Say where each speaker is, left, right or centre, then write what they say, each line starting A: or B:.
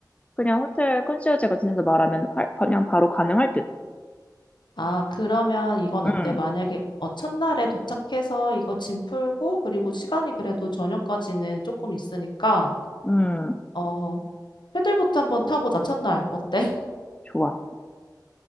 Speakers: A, on the left; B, on the left.
A: 그냥 호텔 컨시어지 같은 데서 말하면 할- 그냥 바로 가능할 듯.
B: 아, 그러면 이건
A: 응,
B: 어때? 만약에 어, 첫날에 도착해서 이거 짐 풀고 그리고 시간이 그래도 저녁까지는 조금 있으니까
A: 응.
B: 어, 패들보트 한번 타보자. 첫날. 어때?
A: 좋아.